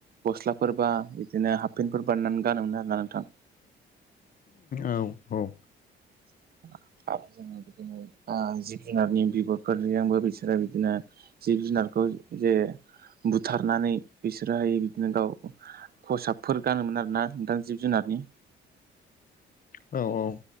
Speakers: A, on the right; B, on the left.
A: गस्लाफोरबा बिदिनो हाफफेेनटफोर बानायनानै गान मोनो आरोना नोंथां‌
B: औ औ।
A: <inaudible> ओ जिब जुनारनि बिगुदफोरजोंबो बिसोरो बिदिनो जिब जुनारखौ जे बुथारनानै बिसोरोहाय बिदिनो गाव खसाबफोर गानोमोन आरोना नोंथां जिब जुनारनि।
B: औ औ।